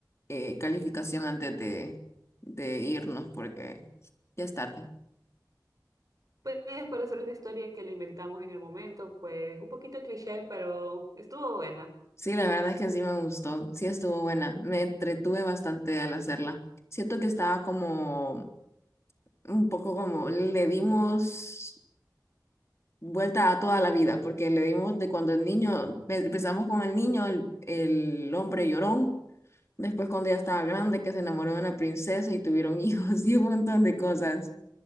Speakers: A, on the left (about 40°); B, on the right (about 55°).
A: eh, calificación antes de, de irnos, porque ya es tarde.
B: Pues para hacer una historia que la inventamos en el momento, pues un poquito cliché, pero estuvo buena.
A: Sí, la verdad es que sí me gustó. Sí estuvo buena. Me entretuve bastante al hacerla. Siento que estaba como un poco como le dimos. vuelta a toda la vida, porque le dimos de cuando el niño, empezamos con el niño, el, el hombre llorón, después cuando ya estaba grande, que se enamoró de una princesa y tuvieron hijos <laughs> y un montón de cosas.